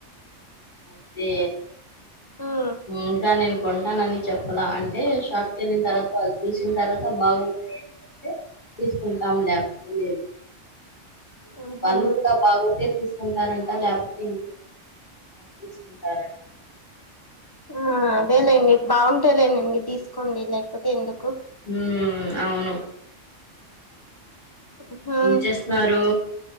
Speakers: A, on the left (about 40°); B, on the left (about 20°).
A: అంతే
B: ఉమ్
A: ఇంకా నేను కొంటానని చెప్పలా అంటే షాప్కి వెళ్ళిన తర్వాత వాళ్ళు చూసి వచ్చిన తర్వాత బాగుంటాయిని చెప్తే తీసుకుంటాం లేకపోతే లేదు
B: ఉహు
A: వాళ్ళు కూడా బాగుంటే తీసుకుంటారంట లేక ఇం తీసుకుంటారట
B: ఆ అదేలేండి బాగుంటేలేనండి తీసుకోండి లేకపోతే ఎందుకు
A: హ అవును
B: ఉహు
A: ఏం చేస్తున్నారు